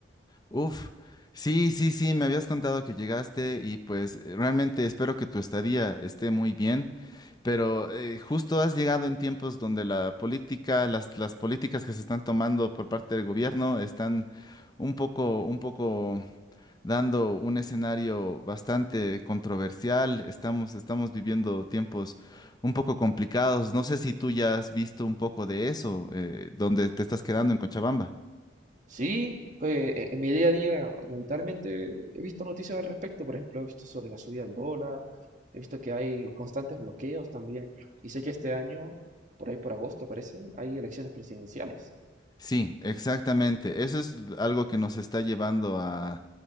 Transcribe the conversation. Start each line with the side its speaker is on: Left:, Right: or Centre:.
Left: Uf, sí, sí, sí, me habías contado que llegaste y pues eh, realmente espero que tu estadía esté muy bien, pero eh, justo has llegado en tiempos donde la política, las, las políticas que se están tomando por parte del gobierno están un poco, un poco dando un escenario bastante controversial. Estamos, estamos viviendo tiempos un poco complicados. No sé si tú ya has visto un poco de eso, eh, donde te estás quedando en Cochabamba.
Right: Sí, pues e- en mi día a día inevitablemente he visto noticias al respecto, por ejemplo, he visto sobre la subida del dólar, he visto que hay constantes bloqueos también, y sé que este año, por ahí por agosto parece, hay elecciones presidenciales.
Left: Sí, exactamente. Eso es algo que nos está llevando a